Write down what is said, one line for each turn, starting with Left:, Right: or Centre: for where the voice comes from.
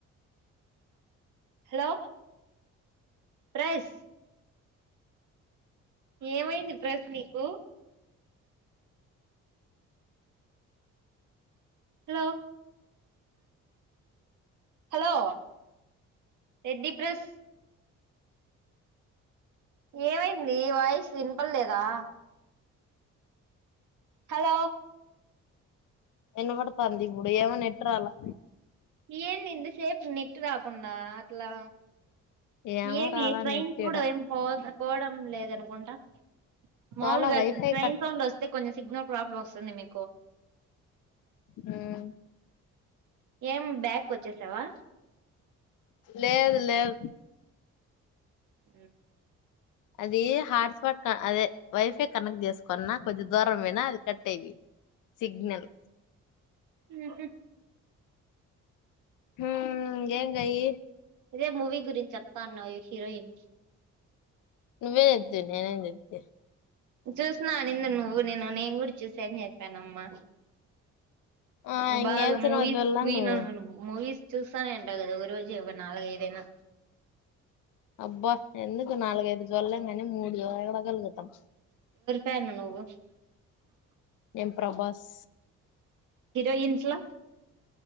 Right: హలో ప్రెస్ ఏమైంది ప్రెస్ నీకు హలో హలో ఏంది ప్రస్ ఏమైంది వాయిస్ వినపడ్లేదా హలో
Left: వినబడుతుంది. ఇప్పుడు ఏమో నెట్ రాలా
Right: ఏంటి ఇంత సేపు నెట్ రాకుండా అట్లా
Left: ఏమో
Right: ఏమి
Left: రాలా
Right: ట్రైన్స్
Left: నెట్ ఈడ
Right: కూడా ఏమి పో పోవడం లేదనుకుంటా మాములుగా
Left: పోలా వైఫై
Right: ట్రైన్ సౌండ్ వస్తే కొంచం సిగ్నల్ ప్రాబ్లమ్స్ వస్తుంది మీ
Left: హ్మ్
Right: ఏం బ్యాగ్ కోచ్చేసావా
Left: లేదు లేదు
Right: మ్
Left: అది హాట్ స్పాట్ అదే వైఫై కనెక్ట్ చేసుకున్న కొంచం దూరం పోయినా అది కట్ అయిపో సిగ్నల్
Right: ఉహు
Left: హ్మ్ ఏం గయి
Right: ఇదే మూవీ గురించి చెప్తా అన్నావ్ హీరోయిన్
Left: నువ్వేఒనద్దనవ్ నేనేం చేస్తి
Right: చూసిన నిన్న నువ్వు నేను నేను కూడా చూసాని చెప్పానమ్మా
Left: ఆ ఇంగేం
Right: బాగా
Left: సినిమా
Right: మూవీస్
Left: చూడలా
Right: క్వీన్
Left: నువ్వు
Right: అ మూవీస్ చూస్తానే ఉంటావ్ కదా ఒక రోజు ఒక నాలుగఐదైనా
Left: అబ్బా ఎందుకు నాలుగైదు చూడలేం కానీ మూడు చూడ కలుగుతాం
Right: <inaudible> నువ్వు
Left: ఏం ప్రభాస్
Right: హీరోయిన్స్లా